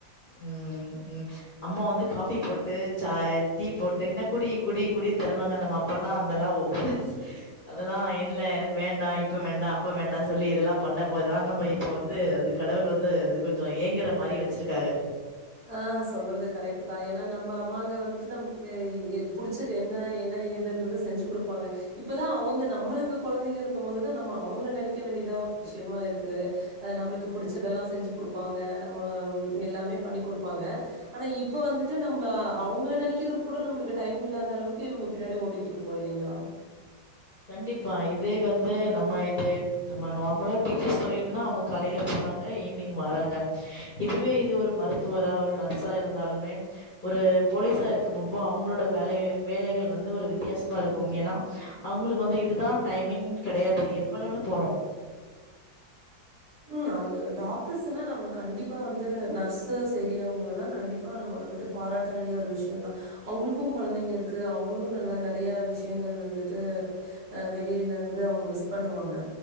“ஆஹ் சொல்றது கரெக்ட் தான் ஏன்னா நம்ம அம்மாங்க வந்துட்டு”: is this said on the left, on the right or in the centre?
Right